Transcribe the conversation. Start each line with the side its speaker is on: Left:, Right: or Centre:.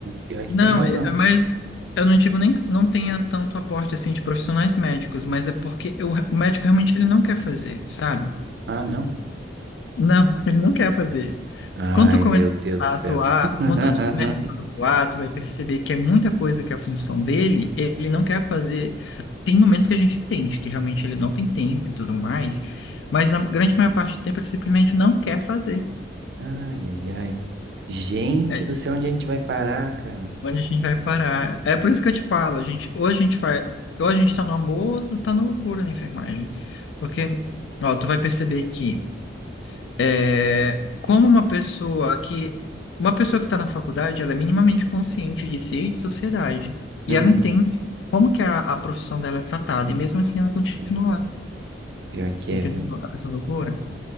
Right: Pior que
Left: Não,
Right: tem razão.
Left: é- é- mas eu não digo nem que não tenha tanto aporte assim de profissionais médicos, mas é porque o, re- o médico realmente ele não quer fazer, sabe?
Right: Ah, não?
Left: Não, <laughs> ele não quer fazer.
Right: Ai,
Left: Quando tu começa
Right: meu Deus
Left: a
Right: do céu.
Left: atuar,
Right: <laughs>
Left: quando tu começa a atuar, tu vai perceber que é muita coisa que é a função dele, ele não quer fazer. Tem momentos que a gente entende que realmente ele não tem tempo e tudo mais, mas a grande maior parte do tempo ele simplesmente não quer fazer.
Right: Ai, ai, ai. Gente
Left: É,
Right: do céu, onde a gente vai parar, cara?
Left: Onde a gente vai parar? É por isso que eu te falo, a gente, ou a gente faz, ou a gente tá no amor, ou tá na loucura na enfermagem. Porque, ó, tu vai perceber que é, como uma pessoa que uma pessoa que tá na faculdade, ela é minimamente consciente de si e de sociedade. E
Right: Uhum.
Left: ela entende como que a, a profissão dela é tratada, e mesmo assim ela continua
Right: Sim.
Left: lá.
Right: Pior que
Left: Entendeu?
Right: é, viu?
Left: Essa loucura.